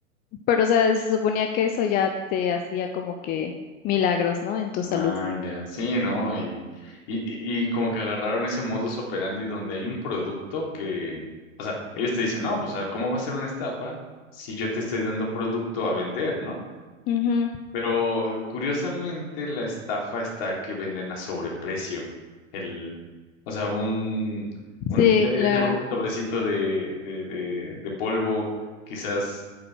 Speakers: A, on the left (about 25°); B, on the left (about 45°).
A: Pero, o sea, se suponía que eso ya te hacía como que milagros, ¿no? En tu salud.
B: Ah, ya, sí, ¿no? Y, y, y y como que agarraron ese modus operandi donde hay un producto que, o sea, ellos te dicen, no, pues, ah, ¿cómo va a ser una estafa si yo te estoy dando producto a vender, ¿no?
A: Ujú,
B: Pero curiosamente la estafa está que venden a sobreprecio. El, o sea, un, un
A: Sí,
B: e-,
A: claro.
B: ese bo- sobrecito de, de, de, de polvo, quizás